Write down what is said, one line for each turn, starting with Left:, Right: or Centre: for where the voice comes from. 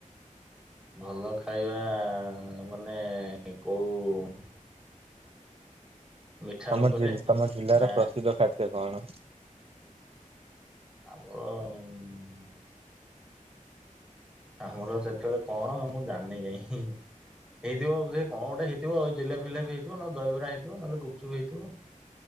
Centre: ଭଲ ଖାଇବା ଆ ମାନେ କଉ ମିଠା
Right: ତମ
Centre: ଉପରେ
Right: ଯି ତମ ଜିଲ୍ଲାର
Centre: ନା
Right: ପ୍ରସିଦ୍ଧ ଖାଦ୍ୟ କଣ?
Centre: ଆମର ଉଁ ଆମର ସେତେବେଳେ କଣ ମୁଁ ଜାଣିନି କାହିଁ। ହେଇଥିବ ବଧେ କଣ ଗୋଟେ ହେଇଥିବ ଜିଲାପ ଫିଲାପ ହେଇଥିବ ନହେନେ ଦହିବରା ହେଇଥିବ ନହଲେ ଗୁପଚୁପ୍ ହେଇଥିବ।